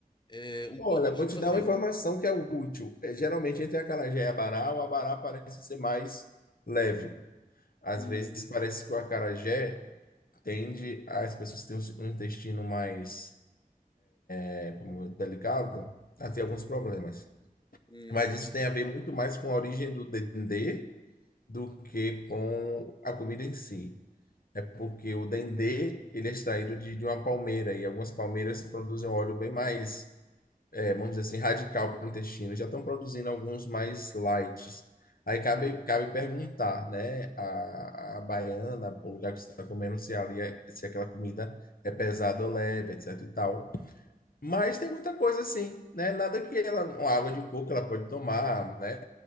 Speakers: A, on the left; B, on the left.
A: é, um
B: Olha,
A: pan- tipo
B: vou te dar
A: assim,
B: uma informação que é útil. é geralmente entre acarajé e abará, o abará parece ser mais leve. Às
A: um,
B: vezes parece que o acarajé tende, as pessoas têm um intestino mais né, como é delicado, ela tem alguns problemas.
A: um,
B: Mas isso tem a ver muito mais com a origem do dendê do que com a comida em si. É porque o dendê, ele é extraído de, de uma palmeira, e algumas palmeiras produzem um óleo bem mais, eh, vamos dizer assim, radical para o intestino. Já estão produzindo alguns mais light. Aí cabe, cabe perguntar, né, a, a baiana, o lugar que você está comendo, se ali é, se aquela comida é pesada ou leve, etc e tal. Mas tem muita coisa assim, né? Nada que ela, uma água de coco ela pode tomar, né?